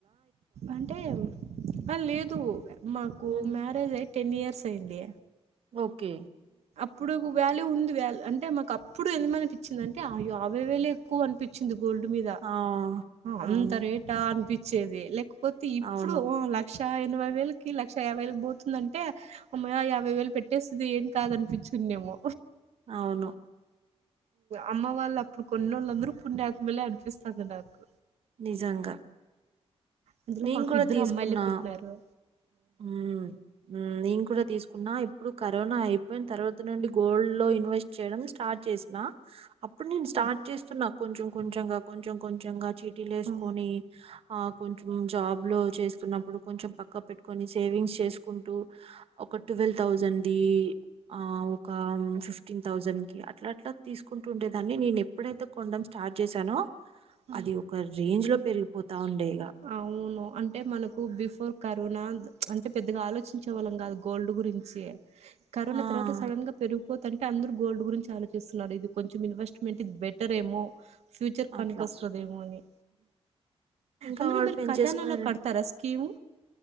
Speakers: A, on the right; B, on the right.
A: అంటే అ లేదు మాకు
B: ఉమ్,
A: మ్యారేజ్ అయి టెన్ ఇయర్స్ అయింది
B: ఓకే
A: ఇప్పుడు వ్యాల్యూ ఉంది వ్య అంటే మాకు అప్పుడు ఎందుమనిపిచింది అంటే ఆయాభై వేలే ఎక్కువ అనిపిచింది గోల్డ్ మీద
B: ఆ
A: అంత
B: అవును
A: రేటా అనిపిచ్చేది లేకపోతే ఇప్పుడు
B: అవును
A: ఆ లక్ష క్ష ఎనభై వేలకి లక్ష యాభై వేలకి బోతుందంటే అంటే అమ్మయ్య యాభై వేలు పెట్టేస్తుది ఏం కాదనిపిచ్చును నేమో
B: అవును
A: అమ్మ వాళ్ళు అప్పుడు కొన్నోళ్లు అందరూ పుణ్యాత్మేలే అనిపిస్తాది నాకు
B: నిజంగా
A: అందులో
B: నేను
A: మాకు
B: కూడా
A: ఇద్దరు
B: తీసుకున్నా
A: అమ్మాయిలే పుట్టిన్నారు
B: హ్మ్ హ్మ్ నేను కూడా తీసు కున్నా ఇప్పుడు కరోనా అయిపోయిన తర్వాత నుండి గోల్డ్‌లో ఇన్వెస్ట్ చేయడం స్టార్ట్ చేసిన అప్ ప్పుడు నేను స్టార్ట్
A: ఓక్
B: చేస్తున్నా కొంచెం కొంచంగా కొంచెం కొంచెంగా చీటీలు ఏసుకొని
A: ఆ!
B: ఆ కొంచెం జాబ్‌లో చేస్తున్నప్పుడు కొంచెం పక్క పెట్టుకొని సేవింగ్స్ చేసుకుంటూ ఒక టువల్ థౌసండ్‌ది ఆ ఒక ఫిఫ్ ఫ్టీన్ థౌసండ్ కి అట్లా అట్లా తీసుకుంటు ఉండేదాన్ని నేను ఎప్పుడైతే కొనడం స్టార్ట్ చేసానో
A: ఆ!
B: అది ఒక రేంజ్ లో పెరిగిపోతా ఉండే ఇగ.
A: అవును అంటే మనకు బిఫోర్ కరోనా అంత్ అంటే పెద్దగా ఆలోచించే వాళ్ళం కాదు గోల్డ్ గురించి కరోనా
B: ఆ!
A: తర్వాత సడన్‌గా పెరుగు పోతాంటే అందరూ గోల్డ్ గురించి ఆలోచిస్తున్నారు ఇది కొంచెం ఇన్వెస్ట్మెంట్ ఇది బెటర్ ఏమో ఫ్యూచర్కీ
B: అట్లా.
A: పనికొస్తదేమో అని
B: ఇంకా
A: అందులో
B: వాడు
A: మీరు
B: పెంచేసుకొనేన
A: ఖజానాలో కడతారా స్కీము